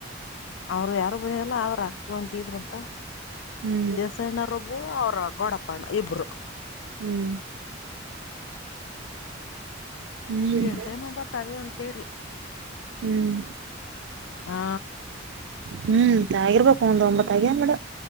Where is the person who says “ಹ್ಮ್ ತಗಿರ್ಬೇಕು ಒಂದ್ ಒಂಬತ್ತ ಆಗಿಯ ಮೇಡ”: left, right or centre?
Right